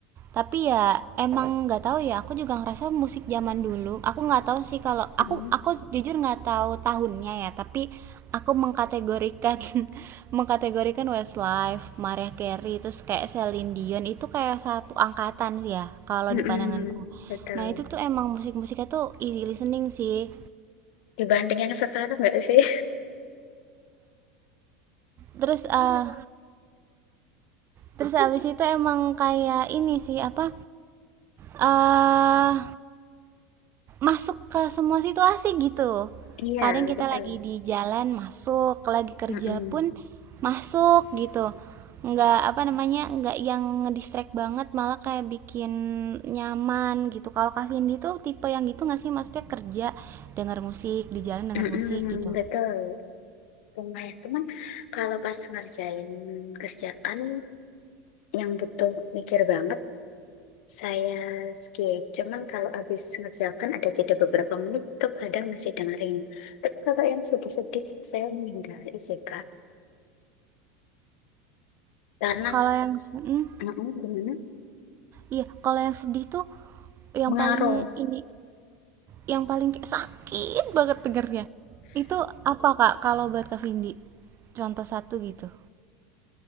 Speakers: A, on the right; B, on the left.
A: Tapi ya emang nggak tahu ya. Aku juga ngerasa musik zaman dulu. Aku nggak tahu sih kalau
B: Mm-mm.
A: aku aku jujur nggak tahu tahunnya ya. Tapi aku mengkategorikan <laughs> mengkategorikan Westlife, Mariah Carey, terus kayak Celine Dion itu kayak satu angkatan sih ya. Kalau
B: Mm-mm,
A: di pandanganku.
B: Betul.
A: Nah itu tuh emang musik-musiknya tuh easy listening sih.
B: Dibanding yang sekarang nggak sih?
A: terus eh terus abis itu emang kayak ini sih apa eh masuk ke semua situasi gitu
B: Iya,
A: kadang kita
B: betul.
A: lagi di jalan masuk lagi kerja
B: Mm-mm.
A: pun masuk gitu nggak apa namanya nggak yang ngedistract banget malah kayak bikin nyaman gitu kalau Kak Vindi tuh tipe yang gitu nggak sih maksudnya kerja denger musik di jalan denger
B: Mm-mm,
A: musik gitu
B: Betul. Lumayan. Cuman kalau pas ngerjain kerjaan yang butuh mikir banget, Saya skip, cuman kalau habis mengerjakan ada jeda beberapa menit tuh kadang masih dengerin. Tapi kalau yang sedih-sedih saya menghindari sih Kak. Karena
A: kalau yang si, hmm?
B: mm gimana?
A: Iya, kalau yang sedih tuh yang
B: Ngaruh.
A: paling ini, yang paling kayak sakit banget dengernya. Itu apa Kak kalau buat Kak Vindi? Contoh satu gitu.